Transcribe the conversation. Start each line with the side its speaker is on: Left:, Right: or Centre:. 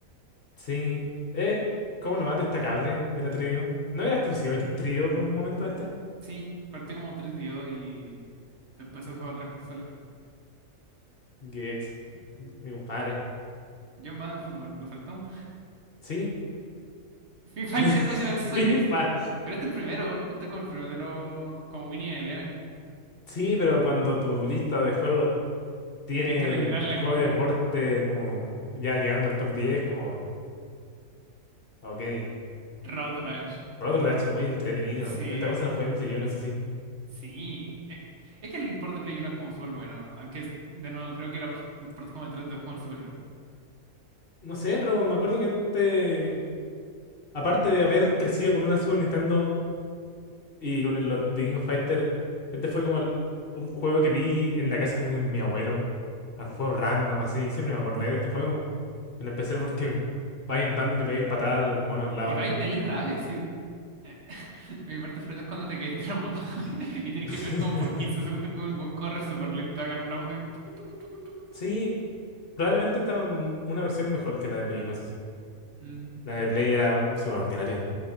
Left: Sí, es como lo más destacable de la trío. No era exclusivo que trío por un momento este.
Right: Sí, partió como 3DO y después se fue a otras consolas.
Left: Gex, mi compadre.
Right: Yo más en fútbol, lo saltamos.
Left: Sí,
Right: <laughs> FIFA
Left: <laughs>
Right: International Soccer.
Left: FIFA.
Right: Pero este es el primero, este es como el primero de los... como Winnie Eleven.
Left: Sí, pero cuando tu lista de juegos tiene
Right: Tenéis que rellenarla
Left: juego
Right: con
Left: de deporte
Right: un
Left: como ya llegando al top 10 como, ok,
Right: Road Rash.
Left: Rotor Rash es muy entretenido.
Right: Sí,
Left: Esta cosa
Right: este-
Left: la jugué en Play 1, eso sí.
Right: sí. Eh, Es que el port de Play 1 es como súper bueno, aunque es- de nuevo creo que la por- el port como de 3 es como el superior.
Left: No sé, pero me acuerdo que este, aparte de haber crecido con una Super Nintendo, Y con el, los The King of Fighters, este fue como el- un juego que vi en la casa con mi, mi abuelo, un juego random así, siempre me acordé de este juego, en especial porque vais andando y le pegáis patadas a los monos al lado
Right: Y va
Left: nomás.
Right: y tenés rabia, sí. Eh, Mi parte favorita es cuando te caes de la moto <laughs> y tienes
Left: <laughs>
Right: que ver como por 15 segundos como el buen corre súper lento, agarra la moto y tucu, tucu, tucu, tucu.
Left: Sí, probablemente estaba m- una versión mejor que la de Play 1, eso sí.
Right: Mm,
Left: La de Play era súper ordinaria.